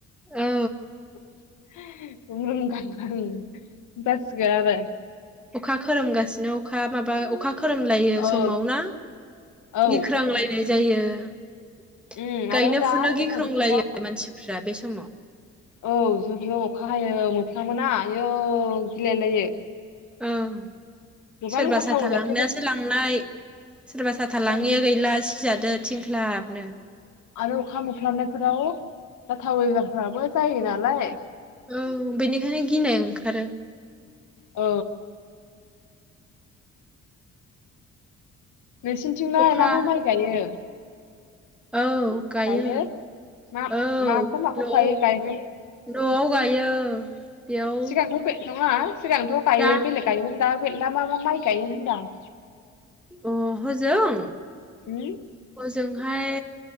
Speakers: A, in the centre; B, on the left.
A: औ
B: <inaudible>
A: अखा खोरोमगासिनो अखा माबा अखा खोरोमलायो
B: औ
A: समाव ना
B: औ
A: गिख्रांलायनाय जायो। <inaudible>
B: उम
A: गायनो
B: आरो दा
A: फुनो
B: दैज्लां
A: गिख्रंलायो
B: बोथोराव
A: मानसिफ्रा बे समाव
B: औ जुब जुब अखा हायो मोफ्ला मोना आयौ गिलायलायो।
A: ओं
B: गोबां
A: सोरबा
B: जाथावै
A: साथा लांनायासो
B: जाथायफोर
A: लांनाय सोरबा साथा लाङैया
B: औ
A: गैला सिजादो थिंख्लाबनो।
B: आरो अखा मोफ्लामनायफोराव जाथावै बेमारफोराबो जायो नालाय
A: औ बेनिखायनो गिनाय ओंखारो
B: औ नोंसिनिथिंलाय
A: अखा
B: मा मा माइ गायो?
A: औ गायो
B: दायो मा
A: औ
B: माखौ माखौ
A: न'आव-न'आव
B: गायो गायबाय
A: गायो बेयाव
B: सिगांथ' बे नङा सिगांथ' गायो
A: दा
B: बेलेग गायोमोन दा फाय दा मा मा माइ गायो होनदां
A: अ होजों?
B: उम
A: ओजोंहाय